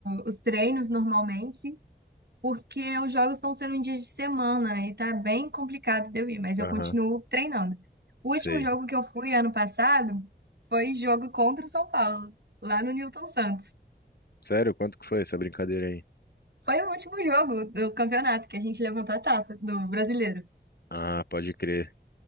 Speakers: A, on the right (about 65°); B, on the left (about 60°).
A: os treinos normalmente, porque os jogos estão sendo em dia de semana e tá bem complicado de eu ir, mas
B: Aham,
A: eu continuo treinando. O
B: sei.
A: último jogo que eu fui ano passado foi jogo contra o São Paulo, lá no Newton Santos.
B: Sério? Quanto que foi essa brincadeira aí?
A: Foi o último jogo do campeonato que a gente levantou a taça do brasileiro.
B: Ah, pode crer,